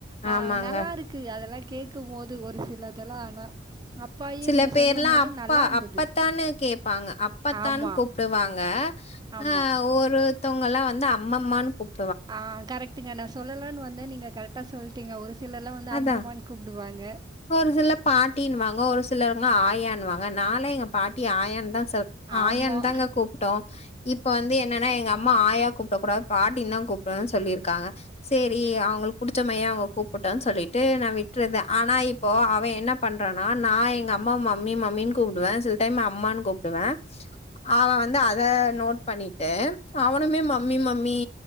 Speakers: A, on the right; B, on the left.
A: ஆ
B: ஆமாங்க.
A: நல்லாருக்கு அதெல்லா கேக்குபோது ஒரு சிலதுலா ஆனா அப்பாயி
B: சில
A: நீங்க
B: பேர்லா
A: சொல்லும்போது
B: அப்பா
A: நல்லாருந்தது.
B: அப்பத்தான்னு கேப்பாங்க அப்பத்தான்
A: ஆமா,
B: கூப்டுவாங்க
A: ஆமா.
B: ஆ ஒருத்தவங்கல்லா வந்து அம்மம்மான் கூப்
A: ஆ கரெக்ட்டுங்க நா சொல்லல சொல்லனு வந்த நீங்க கரெக்டா சொல்ட்டீங்க ஒரு சிலர்ல்லா வந்து
B: அதா.
A: அம்மம்மான்னு கூப்டுவாங்க
B: ஒரு சில பாட்டினுவாங்க ஒரு சிலருங்க ஆயான்வாங்க நாலா எங்க பாட்டி ஆயான்தா ச ஆயான்
A: ஆமா.
B: தாங்க கூப்ட்டோ இப்ப வந்து என்னனா எங்க அம் மா ஆயா கூப்டக் கூடாது பாட்டின் தா கூப்டுன் சொல்லிருக்காங்க செரி அவங்களுக்கு புடிச்சமாரியே அவங்க கூப் டம் சொல்ட்டு நா விட்றது ஆனா இப்போ அவன் என்ன பண்றானா நா எங்க அம்மா மம்மி மம்மின் கூப்டுவ சில டைம் அம்மான்னு கூப்டுவ அவன் வந்து அத நோட் பண்ணிட்டு அவனுமே மம்மி மம்மி